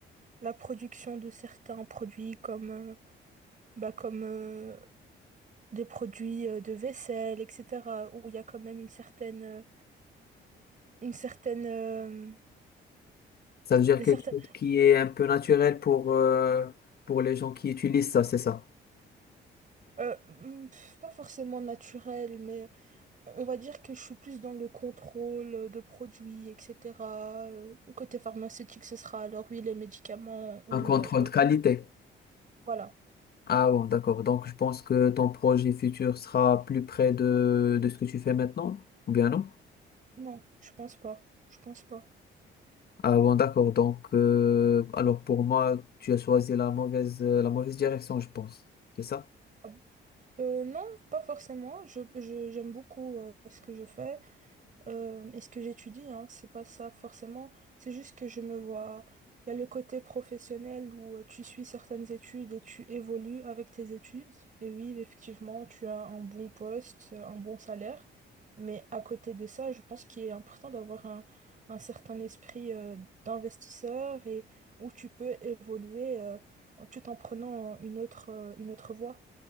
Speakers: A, on the right (about 40°); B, on the left (about 50°).
A: la production de certains produits comme, euh, bah, comme euh, des produits euh, de vaisselle, etc., où il y a quand même une certaine, euh, une certaine, euh,
B: Ça veut dire
A: des
B: quelque
A: certaines,
B: chose qui est un peu naturel pour, euh, pour les gens qui utilisent ça, c'est ça.
A: euh, hmm, pff, pas forcément naturelle, mais on va dire que je suis plus dans le contrôle de produits, etc. Euh, Côté pharmaceutique, ce sera alors oui les médicaments ou
B: Un contrôle
A: euh, autre.
B: de qualité.
A: Voilà.
B: Ah bon, d'accord. Donc, je pense que ton projet futur sera plus près de, de ce que tu fais maintenant, ou bien non?
A: Non, je pense pas. Je pense pas.
B: Ah bon, d'accord. Donc, euh, alors pour moi, tu as choisi la mauvaise, euh, la mauvaise direction, je pense. C'est ça?
A: Ah bon Euh, non, pas forcément. Je, je- j'aime beaucoup euh, ce que je fais. euh, et ce que j'étudie, hein, c'est pas ça forcément. C'est juste que je me vois. Il y a le côté professionnel où euh, tu suis certaines études et tu évolues avec tes études. Et oui, effectivement, tu as un bon poste, euh, un bon salaire. Mais à côté de ça, je pense qu'il est important d'avoir un, un certain esprit euh, d'investisseur et où tu peux évoluer euh, en- tout en prenant une autre, euh, une autre voie.